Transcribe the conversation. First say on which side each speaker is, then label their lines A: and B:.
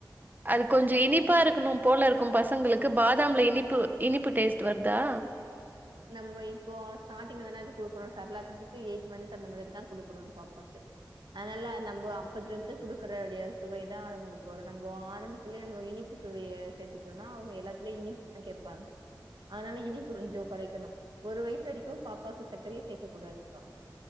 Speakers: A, on the right; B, on the right.
A: அது கொஞ்சோ இனிப்பா இருக்கணும் போல இருக்கு பசங்களுக்கு பாதாம்ல இனிப்பு இனிப்பு டேஸ்ட் வருதா
B: நம்ம இப்போ ஸ்டார்டிங்ல தான அது குடுக்குறோ ஷெர்லாக்குன்றது எயிட்த் மந்த் அந்த மாதிரி தா குடுக்குறோ பாப்பாக்கு அதனால நம்ம அப்பத்துல இருந்து குடுக்கறடைய சுவைதா அவுங்களுக்கு வரு நம்ப ஆரம்பத்துலயே நம்ப இனிப்பு சுவையை சேர்த்துட்டோன்னா அவுங்க எல்லாத்துலயு இனிப் கேப்பாங்க அதனால இனிப்பு கொஞ்சோ குறைக்கணு ஒரு வயசு வரைக்கு பாப்பாவுக்கு சக்கரையே சேக்க கூடாதுக்கா